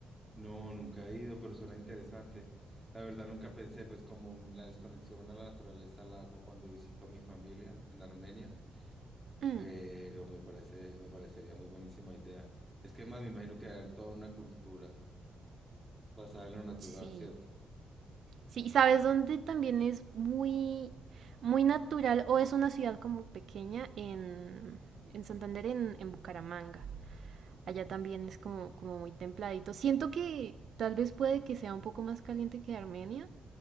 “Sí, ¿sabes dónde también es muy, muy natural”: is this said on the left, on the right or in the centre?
Right